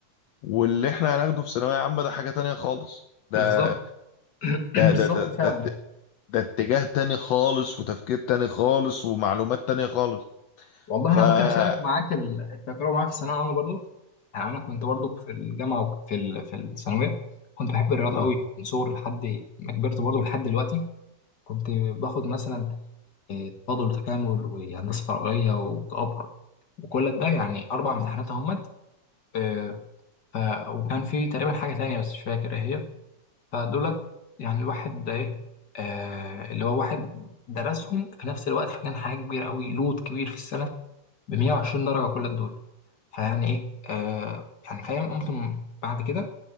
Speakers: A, on the left (about 65°); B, on the left (about 45°).
A: واللي احنا هناخده في ثانوية عامة ده حاجة تانية خالص ده
B: بالظبط <clears throat>
A: ده
B: بالظبط
A: ده ده
B: فعلا
A: ده, ده اتجاه تاني خالص وتفكير تاني خالص ومعلومات تانية خالص
B: والله انا
A: ف آه،
B: ممكن اشارك معاك ال- التجربه معايا في الثانويه العامه برضو يعني انا كنت برضو في الجامعه وفي ال... في الثانويه كنت بحب الرياضه
A: مم.
B: قوي من صغري لحد ما كبرت برضو لحد دلوقتي كنت باخد مثلا آه، تفاضل وتكامل وهندسة فراغية وجبر وكل ده يعني أربع امتحانات أهمت آه، ف... وكان في تقريبا حاجة تانية بس مش فاكر إيه هي فدولت يعني الواحد ده إيه آه، اللي هو واحد درسهم في نفس الوقت فكان حاجة كبيرة أوي لود كبير في السنة ب 120 درجة كل دول فيعني إيه آه، يعني فاهم قمت م- بعد كده